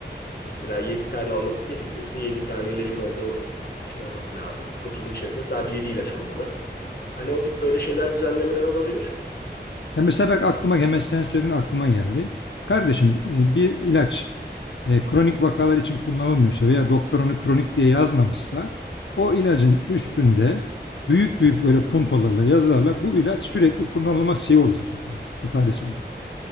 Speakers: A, on the left; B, on the left.
A: mesela 7 tane alması gerekiyorsa 7 tane ilacın olduğu şey olması lazım. Kutunun içerisinde sadece 7 ilaç olmalı. Hani o tip böyle şeyler düzenlemeler olabilir.
B: Ya mesela bak aklıma hemen sen söyledin aklıma geldi. Kardeşim e, bir ilaç e, kronik vakalar için kullanılmıyorsa veya doktor onu kronik diye yazmamışsa o ilacın üstünde büyük büyük böyle puntolarla yazılarla bu ilaç sürekli kullanılmaz şey olacak mesela ifadesi olacak.